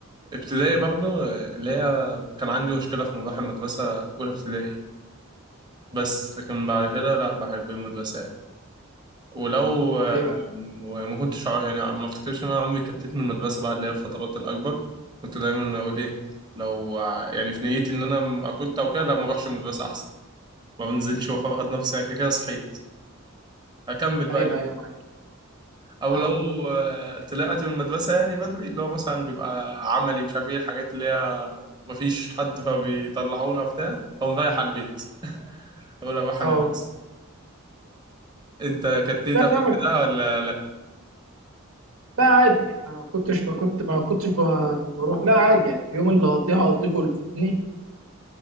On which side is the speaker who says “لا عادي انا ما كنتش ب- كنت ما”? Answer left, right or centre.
Right